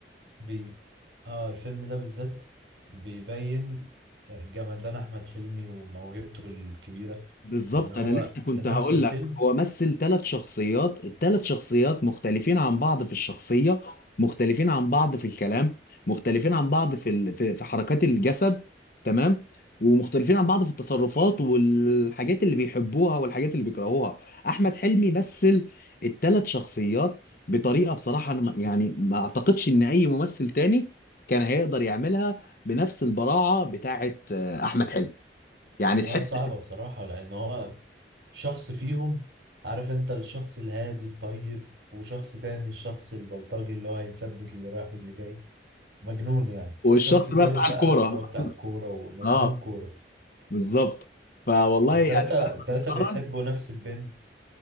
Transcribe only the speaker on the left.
بالظبط
انا لسه كنت
هقول
لك هو مثل ثلاث شخصيات الثلاث شخصيات مختلفين عن بعض في الشخصيه مختلفين عن بعض في الكلام مختلفين عن بعض في ال... في في حركات الجسد تمام ومختلفين عن بعض في التصرفات والحاجات اللي بيحبوها والحاجات اللي بيكرهوها احمد حلمي مثل الثلاث شخصيات بطريقه بصراحه انا ما- يعني ما اعتقدش ان اي ممثل تاني كان هيقدر يعملها بنفس البراعه بتاعه آه، احمد حلمي يعني تحس
والشخص
بقى بتاع
الكوره
<laughs>
اه
بالظبط فوالله
يعني مهما
تتفرج